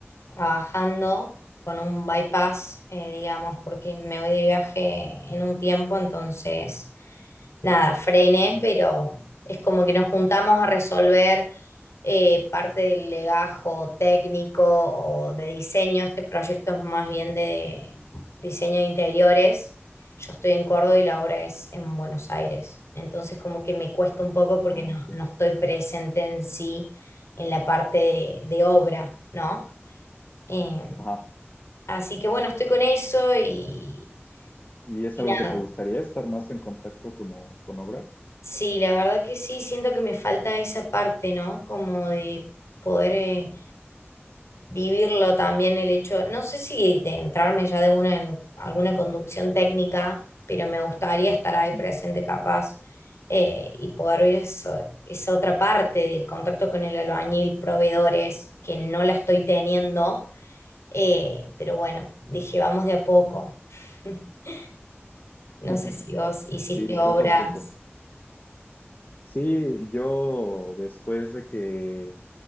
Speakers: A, on the left (about 80°); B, on the left (about 40°).
A: trabajando, con un bypass, eh, digamos, porque me voy de viaje en un tiempo, entonces nada, frené,
B: Ujú.
A: pero es como que nos juntamos a resolver eh, parte del legajo técnico o de diseño. Este proyecto es más bien de diseño de interiores. Yo estoy en Córdoba y la obra es en Buenos Aires. Entonces como que me cuesta un poco porque
B: Ah,
A: no,
B: ok.
A: no estoy presente en sí en la parte de, de obra, ¿no? Eh,
B: Ajá.
A: así que bueno, estoy con eso y...
B: ¿Y es
A: y
B: algo
A: nada
B: que te gustaría estar más en contacto como con obra?
A: Sí, la verdad que sí, siento que me falta esa parte, ¿no? Como de poder eh, vivirlo también el hecho, no sé si de entrarme ya de una en alguna conducción técnica, pero me gustaría estar ahí
B: Ujú.
A: presente capaz eh, y poder ver eso, esa otra parte del contacto con el albañil, proveedores, que no la estoy teniendo, eh, pero bueno, dije, vamos de a poco. <laughs> No
B: <laughs>
A: sé si vos hiciste
B: Sí,
A: obras.
B: poco a poco. Sí, yo después de que